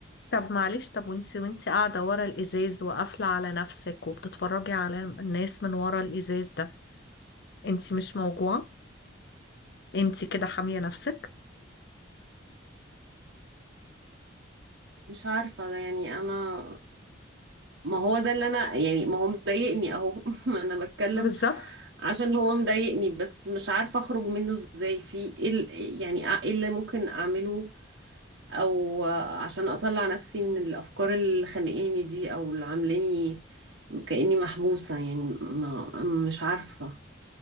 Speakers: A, on the left; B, on the right.
A: طب معلش طب وانت وانت قاعدة ورا الإزاز وقافلة على نفسك وبتتفرجي على الناس من ورا الإزاز ده انت مش موجوعة انت كده حامية نفسك
B: مش عارفة ده يعني انا ما هو ده اللي انا يعني ما هو مضايقني اهو <laughs> ما انا بتكلم
A: بالظبط
B: عشان هو مضايقني بس مش عارفة اخرج منه ازاي في إيه ال- يعني ايه اللي ممكن اعمله او عشان اطلع نفسي من الافكار اللي خانقاني دي او اللي عاملاني كاني محبوسه يعني ما مش عارفه